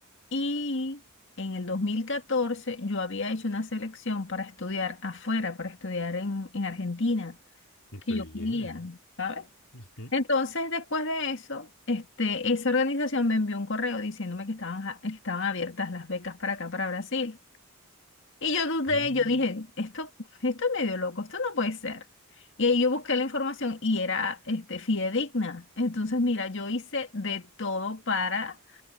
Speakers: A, on the left (about 60°); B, on the left (about 75°).
A: Y en el 2014 yo había hecho una selección para estudiar afuera, para estudiar en, en Argentina, que
B: re
A: yo
B: bien.
A: quería, ¿sabes?
B: ujú,
A: Entonces, después de eso, este, esa organización me envió un correo diciéndome que estaban, ja- estaban abiertas las becas para acá, para Brasil. Y yo dudé,
B: mm,
A: yo dije, esto, esto es medio loco, esto no puede ser. Y ahí yo busqué la información y era este, fidedigna. Entonces, mira, yo hice de todo para,